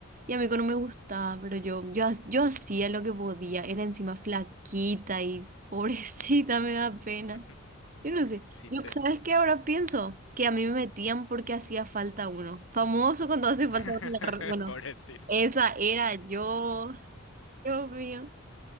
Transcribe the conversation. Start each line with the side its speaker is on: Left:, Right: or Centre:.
Right: Y a mí que no me gustaba, pero yo, yo, ha- yo hacía lo que podía, era encima flaquita y pobrecita, <laughs> me da
Left: <laughs>
Right: pena. Yo no sé.
Left: Hiciste.
Right: Yo, ¿sabes qué ahora pienso? Que a mí me metían porque hacía falta uno. Famoso cuando hace falta
Left: <laughs>
Right: uno. en la re- Bueno,
Left: Pobrecito.
Right: esa era yo, Dios mío.